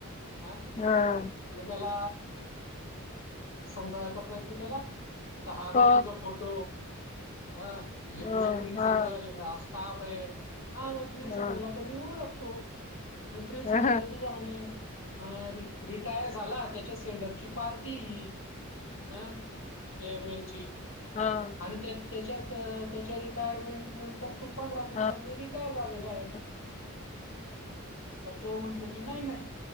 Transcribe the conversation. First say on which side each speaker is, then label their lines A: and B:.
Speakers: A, on the left (about 65°); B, on the left (about 35°).
A: हा?
B: हा.
A: म त्याला समजावायचा प्रयत्न केला तर हा
B: हो
A: तुझा फोट ह हे
B: हो
A: तुझे प्रिन्सिपल
B: हा.
A: हा स्टाफ हे. हा मगं प्रिन्सिपलला
B: हा
A: तर मी ओळखतो प्रिन्सिपल
B: हा
A: तर त म्हने रिटायर झाला त्याच्या सेंडपची पार्टी आहे ही. हा फेअरवेलची.
B: हा.
A: आणि त्या त्याच्या त्याच्या रिटायरमेंट नंतर तू पंधरा दिवसांनी
B: हा.
A: रिटायर झालेला आहे.
B: <inaudible>
A: तो म्हणतो की नाही नाही